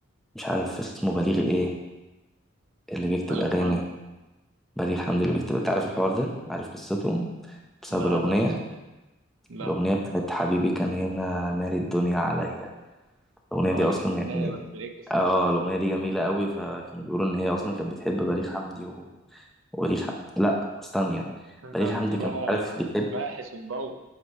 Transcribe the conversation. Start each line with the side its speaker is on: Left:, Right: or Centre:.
Centre: مش عارف اسمه بليغ ايه اللي بيكتب
Right: ده لك
Centre: اغاني
Right: حمد
Centre: بليغ حمدي اللي بيكتب انت عارف الحوار ده عارف قصتهم بسبب
Right: لا
Centre: الاغنية
Right: لا لا ما لا
Centre: الاغنية بتاعت حبيبي كان هنا مالي الدنيا عليا الأغنية
Right: عارف
Centre: دي أصلا
Right: الاغنيه
Centre: يعني
Right: بس ايه قصتها
Centre: اه الأغنية دي جميلة قوي فكانوا بيقولوا إن هي أصلا كانت بتحب بليغ حمدي و... وبليغ ح... لا ثانية
Right: انت
Centre: بليغ
Right: انت
Centre: حمدي
Right: بقى
Centre: كان مش عارف بيحب
Right: باحث ومضوء